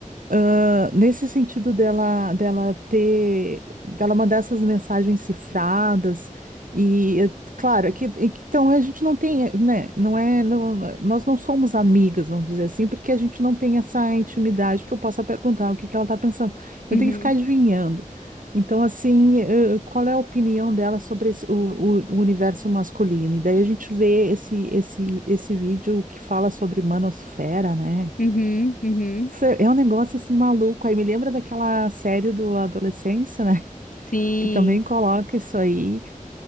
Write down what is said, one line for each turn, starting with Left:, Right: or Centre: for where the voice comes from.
Right: Ah, nesse sentido dela, dela ter, dela mandar essas mensagens cifradas e, eh, claro, é que, é que- então a gente não tem, eh, né, não é, não- não- nós não somos amigas, vamos dizer assim, porque a gente não tem essa intimidade que eu possa perguntar o que que ela está pensando. Então
Left: Uhum,
Right: tem que ficar adivinhando. Então, assim, eh, qual é a opinião dela sobre esse- o, o- o universo masculino? E daí a gente vê esse, esse, esse vídeo que fala sobre manosfera, né?
Left: uhum, uhum.
Right: Cê- É um negócio assim maluco. Aí me lembra daquela série do Adolescência, né?
Left: Sim,
Right: <laughs> Que também coloca isso aí,